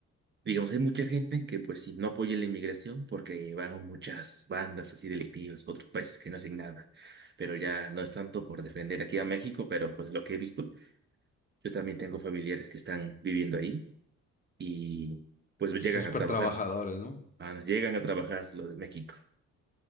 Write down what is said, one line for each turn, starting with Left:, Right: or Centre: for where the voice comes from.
Right: Digamos, hay mucha gente que pues sí, no apoya la inmigración porque van muchas bandas así delictivas, otros países que no hacen nada, pero ya no es tanto por defender aquí a México, pero pues lo que he visto, yo también tengo familiares que están viviendo ahí y pues llegan
Left: Son súper
Right: a trabajar,
Left: trabajadores, ¿no?
Right: ah, llegan a trabajar lo de México,